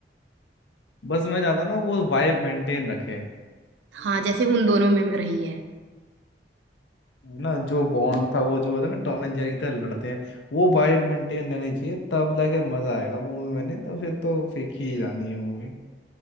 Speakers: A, on the left (about 80°); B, on the right (about 85°).
A: बस मैं चाहता ना वो वाइब मेंटेन रखे
B: हाँ जैसे उन दोनों में रही है
A: ना जो बॉन्ड था वो जो होता है ना टॉम एंड जेरी की तरह लड़ते हैं वो वाइब मेंटेन रहनी चाहिए तब जाके मजा आएगा मूवी में नहीं तो फिर तो फेंक ही जानी है मूवी